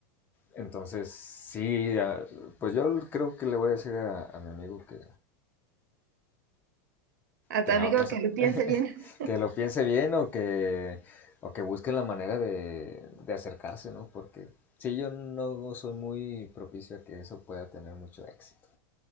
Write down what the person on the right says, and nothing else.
A
tu amigo
que lo piense
bien.